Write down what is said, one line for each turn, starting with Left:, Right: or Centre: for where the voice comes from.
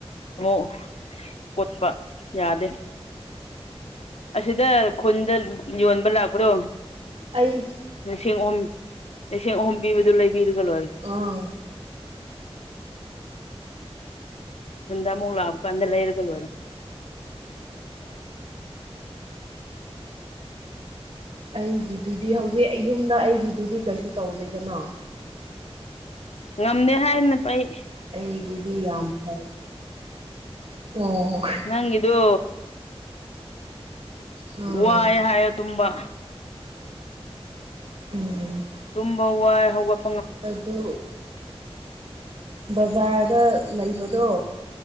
Left: ꯑꯃꯨꯛ ꯀꯣꯠꯄ ꯌꯥꯗꯦ ꯑꯁꯤꯗ ꯈꯨꯟꯗ ꯌꯣꯟꯕ ꯂꯥꯛꯄꯗꯣ
Right: ꯑꯩ
Left: ꯂꯤꯁꯤꯡ ꯑꯍꯨꯝ ꯂꯤꯁꯤꯡ ꯑꯍꯨꯝ ꯄꯤꯕꯗꯨ ꯂꯩꯕꯤꯔꯒ ꯂꯣꯏꯔꯦ
Right: ꯑꯥ
Left: ꯈꯨꯟꯗ ꯑꯃꯨꯛ ꯂꯥꯛꯕꯀꯥꯟꯗ ꯂꯩꯔꯒ ꯂꯣꯏꯔꯦ
Right: ꯑꯩꯒꯤꯗꯨꯗꯤ ꯍꯧꯖꯤꯛ ꯌꯨꯝꯗ ꯑꯩꯒꯤꯗꯨꯗꯤ ꯀꯩꯁꯨ ꯇꯧꯗꯦꯗꯅꯥ
Left: ꯉꯝꯗꯦ ꯍꯥꯏꯗꯅ ꯄꯩ
Right: ꯑꯩꯒꯤꯗꯤ ꯌꯥꯝ ꯐꯩ ꯑꯣ
Left: ꯅꯪꯒꯤꯗꯨ
Right: ꯎꯝ
Left: ꯋꯥꯏ ꯍꯥꯏꯌꯣ ꯇꯨꯝꯕ
Right: ꯎꯝ
Left: ꯇꯨꯝꯕ ꯋꯥꯏ ꯍꯧꯒꯠ
Right: ꯑꯗꯨ ꯕꯖꯥꯔꯗ ꯂꯩꯕꯗꯣ